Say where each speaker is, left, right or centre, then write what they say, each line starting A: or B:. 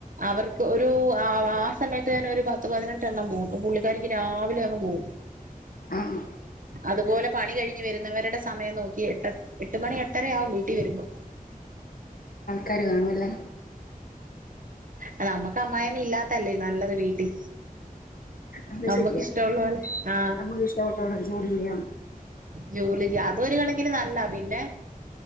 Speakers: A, on the right; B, on the left.
A: അവർ ക്ക് ഒരു ആ സമയത്ത് തന്നനെ ഒരു പത്ത് പതിനെട്ടെണ്ണം പോവും അപ്പൊ പുള്ളിക്കാരിക്ക് രാവിലെ അങ്ങ് പോവും
B: ആഹ്
A: അതുപോലെ പണി കഴിഞ്ഞ് വരുന്നവരുടെ സമയം നോക്കിയിട്ട് എട്ട് മണി എട്ടരയാവും വീട്ടി വരുമ്പോ
B: കാര് കാണും അല്ലേ
A: ആ നമ്മുക്ക് അമ്മായിയമ്മ ഇല്ലാത്തല്ലേ നല്ലത് വീട്ടി
B: അത്
A: നമ്മക്ക്
B: ശരിയാ
A: ഇഷ്ടള്ള പോലെ ആ
B: നമുക്ക് ഇഷ്ടപ്പെട്ടോടെ ജോലി ചെയ്യാം
A: ജോലിക്ക് അതൊരു കണക്കിന് നല്ല പിന്നെ